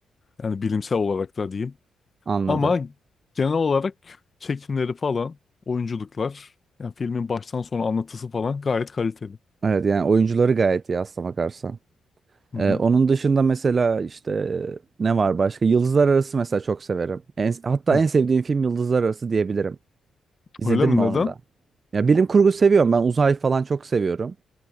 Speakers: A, on the left; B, on the right.
A: yani bilimsel olarak da diyeyim.
B: Anladım.
A: Ama genel olarak çekimleri falan oyunculuklar yani filmin baştan sona anlatısı falan gayet kaliteli.
B: Evet yani oyuncuları gayet iyi aslına bakarsan.
A: Hı
B: Ee,
A: hı.
B: onun dışında mesela işte e, ne var başka? Yıldızlar Arası mesela çok severim. En, hatta
A: Hı.
B: en sevdiğim film Yıldızlar Arası diyebilirim. İzledin
A: Öyle mi
B: mi onu
A: neden?
B: da? Ya bilim kurgu seviyorum. Ben uzay falan çok seviyorum.